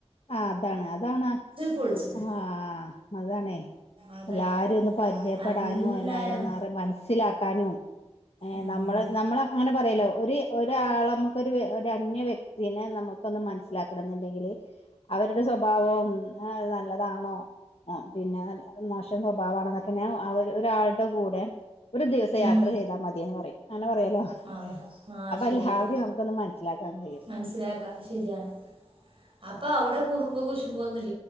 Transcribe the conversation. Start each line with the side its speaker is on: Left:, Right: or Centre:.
Left: ആ അതാണ് അതാണ്
Right: പൊളിച്ച്ണ്
Left: ആ അതാണെ
Right: അതാണ്
Left: എല്ലാരേം ഒന്ന് പരിചയപ്പെടാനും
Right: എല്ലാരും എല്ലാരും
Left: എല്ലാരേം ഒന്നറിഞ്ഞ് മനസ്സിലാക്കാനും ഏ
Right: ഉം.
Left: നമ്മള് നമ്മള് അങ്ങനെ പറയുവല്ലോ ഒരീ ഒരാളെ നമ്മുക്കൊരു ഒരു അന്യ വ്യക്തീനെ നമുക്കൊന്ന് മനസ്സിലാക്കണം എന്നുണ്ടെങ്കില് അവരുടെ സ്വഭാവം ഏ നല്ലതാണോ ആ പിന്നെ മോശം സ്വഭാവാണോന്നൊക്കെ ഞാ ഒരാളുടെ കൂടെ ഒരു ദിവസം
Right: ഉം.
Left: യാത്ര ചെയ്താ മതീന്ന് പറയും അങ്ങനെ പറയുവല്ലോ
Right: അതെ പറയല്ലോ. ആ
Left: അപ്പൊ
Right: ശരിയാണ്
Left: എല്ലാവരും നമുക്കൊന്ന് മനസ്സിലാക്കാൻ കഴിയും
Right: മനസ്സിലാക്കാം ശരിയാണ് അപ്പൊ അവിടെ കുറുമ്പ് കുശുമ്പൊന്നും ഇൽ